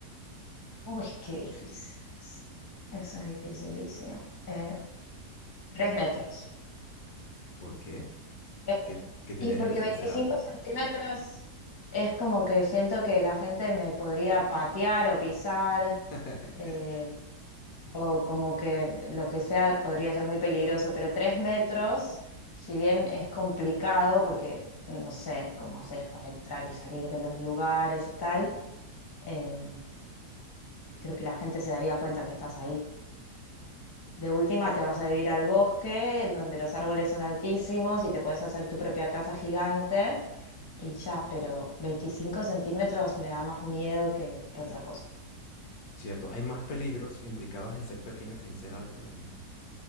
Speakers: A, on the left; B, on the left.
A: Uy, qué difícil eso. Eso es dificilísimo. Eh, tres metros.
B: ¿Por qué?
A: Tres metros.
B: ¿Qué, qué tiene
A: Y porque
B: de especial
A: 25
B: ser alta?
A: centímetros es como que siento que la gente me podría patear o pisar.
B: <laughs>
A: eh, o como que lo que sea podría ser muy peligroso, pero tres metros, si bien es complicado, porque no sé cómo haces para entrar y salir de los lugares y tal, eh, creo que la gente se daría cuenta que estás ahí. De última te vas a vivir al bosque, en donde los árboles son altísimos y te puedes hacer tu propia casa gigante y ya, pero 25 centímetros me da más miedo que, que otra cosa.
B: Cierto, hay más peligros implicados en ser pequeño que en ser alto. Imagi-